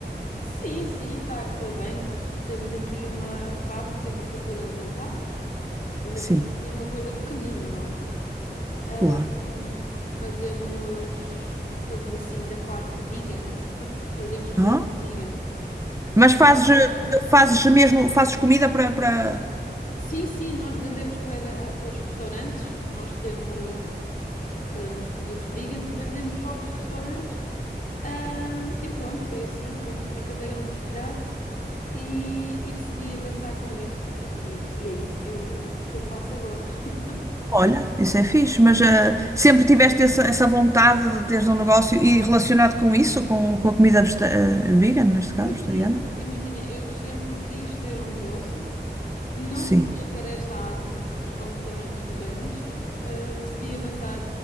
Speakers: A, on the left; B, on the right.
A: Sim, sim, está a correr bem. Nós temos aqui uma fábrica no setor alimentar. Mas Ainda
B: Sim,
A: somos assim uma coisa pequenina, não é? Ah,
B: claro.
A: hum, fazemos, somos assim da parte vegan. Fazemos produto
B: Ah,
A: vegan.
B: mas fazes, eh, fazes mesmo, fazes comida para, para...
A: Sim, sim, nós vendemos para, para os restaurantes. Nós temos ah, uns produtos vegan que vendemos só para restaurantes. Ah, e pronto, foi assim como acabei a universidade e, e decidi avançar com isto. E, e é isso que eu, que eu faço agora. <laughs>
B: Olha, isso é fixe, mas eh, sempre tiveste essa, essa vontade de teres um negócio e relacionado com isso, com, com a comida vegeta- eh, vegan, neste caso,
A: E
B: vegetariana?
A: sim, imagina, eu sempre quis ter um negócio. Não
B: Sim,
A: sabia que era esta área, mas pronto, como também estudei nisto, ah, decidi avançar,